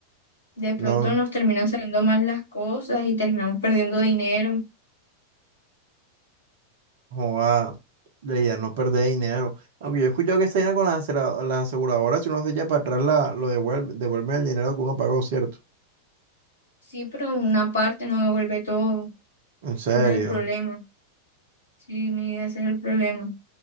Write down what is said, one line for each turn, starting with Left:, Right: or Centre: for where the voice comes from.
Left: De pronto
Right: No,
Left: nos terminan saliendo mal las cosas y terminamos perdiendo dinero.
Right: Joda, la idea es no perder dinero. Aunque yo he escuchado que esta vaina con las, asegura- las aseguradoras, si uno se echa para atrás, la, lo devuelve, devuelve el dinero que uno pagó, ¿cierto?
Left: Sí, pero una parte no devuelve todo.
Right: En serio.
Left: Ese es el problema. Sí, mi vida, ese es el problema.